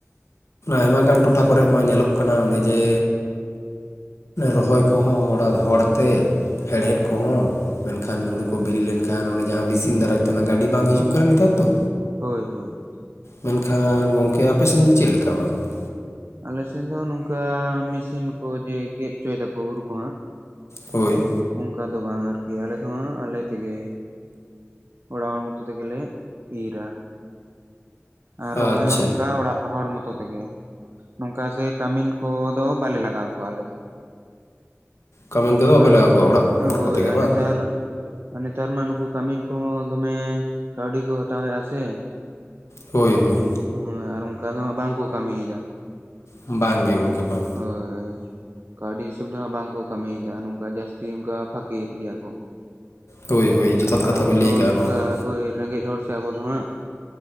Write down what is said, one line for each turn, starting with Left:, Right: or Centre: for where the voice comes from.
Left: ᱟᱭᱢᱟ ᱜᱟᱱ ᱴᱚᱴᱷᱟ ᱠᱚᱨᱮᱜ ᱢᱟ ᱧᱮᱞᱚᱜ ᱠᱟᱱᱟ ᱚᱱᱮ ᱡᱮ ᱨᱚᱦᱚᱭ ᱠᱚᱦᱚᱸ ᱦᱚᱲᱟᱛᱮ ᱦᱮᱲᱦᱮᱫ ᱠᱚᱦᱚᱸ ᱢᱮᱱᱠᱷᱟᱱ ᱦᱩᱲᱩ ᱠᱚ ᱵᱤᱞᱤ ᱞᱮᱱᱠᱷᱟᱱ ᱚᱱᱮ ᱡᱟᱦᱟᱸ ᱢᱮᱥᱤᱱ ᱫᱟᱨᱟᱭ ᱛᱮ ᱚᱱᱟ ᱜᱟᱹᱰᱤ ᱵᱟᱝ ᱦᱤᱡᱩᱜ ᱠᱟᱱᱟ ᱱᱮᱛᱟᱨ ᱫᱚ
Right: ᱦᱳᱭ ᱦᱳᱭ
Left: ᱢᱮᱱᱠᱷᱟᱱ ᱜᱚᱢᱠᱮ ᱟᱯᱮ ᱥᱮᱱ ᱫᱚ ᱪᱮᱫ ᱞᱮᱠᱟ ᱚᱱᱟ ᱠᱚᱫᱚ
Right: ᱟᱞᱮᱥᱮ. ᱱ ᱫᱚ ᱱᱚᱝᱠᱟ ᱢᱮᱥᱤᱱ ᱠᱚ ᱡᱮ ᱜᱮᱫ ᱦᱚᱪᱚᱭ ᱫᱟᱠᱚ ᱦᱩᱲᱩ ᱠᱚ ᱦᱟᱸᱜ
Left: ᱦᱳᱭ
Right: ᱚᱱᱠᱟ ᱫᱚ ᱵᱟᱝ ᱟᱨᱠᱤ ᱟᱞᱮ ᱫᱚᱦᱟᱸᱜ ᱟᱞᱮ ᱛᱮᱜᱮ ᱚᱲᱟᱜ ᱦᱚᱲ ᱢᱚᱛᱚ ᱛᱮ ᱜᱮᱞᱮ ᱤᱨᱟ ᱟᱨ ᱨᱚᱦᱚᱭ
Left: ᱟᱪᱪᱷᱟ
Right: ᱦᱚᱸ ᱱᱚᱝᱠᱟ ᱚᱲᱟᱜ ᱦᱚᱲ ᱢᱚᱛᱚ ᱛᱮᱜᱮ ᱱᱚᱝᱠᱟ ᱥᱮ ᱠᱟᱹᱢᱤᱱ ᱠᱚᱫᱚ ᱵᱟᱞᱮ ᱞᱟᱜᱟᱣ ᱠᱚᱣᱟ ᱟᱞᱮ ᱫᱚ
Left: ᱠᱟᱹᱢᱤᱱ
Right: ᱱᱚᱝᱠᱟ
Left: ᱠᱚᱫᱚ ᱵᱟᱯᱮ ᱞᱟᱜᱟᱣ ᱠᱚᱣᱟ ᱚᱲᱟᱜ ᱦᱚᱲ
Right: ᱦᱳᱭ
Left: ᱠᱚᱛᱮ ᱜᱮ
Right: ᱟᱨ
Left: ᱵᱟᱝ
Right: ᱱᱮᱛᱟᱨ ᱟᱨ ᱱᱮᱛᱟᱨ ᱢᱟ ᱱᱩᱠᱩ ᱠᱟᱹᱢᱤᱱ ᱠᱚᱦᱚᱸ ᱫᱚᱢᱮ ᱠᱟᱹᱣᱰᱤ ᱠᱚ ᱦᱟᱛᱟᱣᱮᱫᱼᱟ ᱥᱮ
Left: ᱦᱳᱭ ᱦᱳᱭ
Right: ᱦᱮᱸ ᱟᱨ ᱚᱱᱠᱟ ᱫᱚ ᱦᱟᱸᱜ ᱵᱟᱝᱠᱚ ᱠᱟᱹᱢᱤᱭᱮᱫᱟ
Left: ᱵᱟᱝ ᱜᱮ ᱜᱚᱢᱠᱮ ᱵᱟᱝ
Right: ᱦᱳᱭ ᱠᱟᱹᱣᱰᱤ ᱦᱤᱥᱟᱹᱵ ᱛᱮᱦᱚᱸ ᱵᱟᱝᱠᱚ ᱠᱟᱹᱢᱤᱭᱮᱫᱟ ᱱᱚᱝᱠᱟ ᱡᱟᱹᱥᱛᱤ ᱚᱱᱠᱟ ᱯᱷᱟᱠᱤᱭᱮᱫ ᱜᱮᱭᱟ ᱠᱚ
Left: ᱦᱳᱭ ᱦᱳᱭ ᱡᱚᱛᱷᱟᱛ
Right: ᱟᱨ
Left: ᱠᱟᱛᱷᱟ
Right: ᱟᱵᱚ
Left: ᱵᱮᱱ
Right: ᱫᱚ
Left: ᱞᱟᱹᱭ ᱠᱟᱜᱼᱟ
Right: ᱱᱚᱝᱠᱟ
Left: ᱱᱚᱣᱟ ᱫᱚ
Right: ᱦᱳᱭ ᱨᱮᱸᱜᱮᱡ ᱦᱚᱲ ᱥᱮ ᱟᱵᱚ ᱫᱚ ᱦᱟᱸᱜ